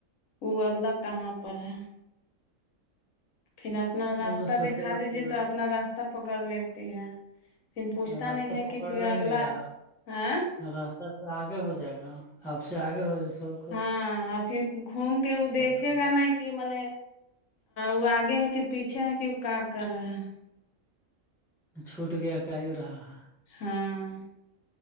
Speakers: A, on the left (about 80°); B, in the centre.
A: وہ اگلا کہاں پر ہے پھر اپنا راستہ
B: وہ سوچے
A: دیککھا
B: گا کہ
A: دیجیے
B: اب
A: تو اپنا راستہ پکڑ لیتی ہے پھر پوچھتا
B: راستہ
A: نہیں ہے
B: پکڑ
A: کہ پ
B: نہیں لے
A: اگلا
B: گا
A: ہ
B: راستہ آگے ہو جائے گا آپ سے آگے ہو سب
A: ہاں پھر گھوم کے وہ دیکھے
B: رہے ہیں
A: گا ن کہ م نے وہ آگے ہے کہ پیچھے ہے کہ وہ کا کر رہا ہے
B: چھوٹ گیا کہ آو رہا ہے
A: ہاں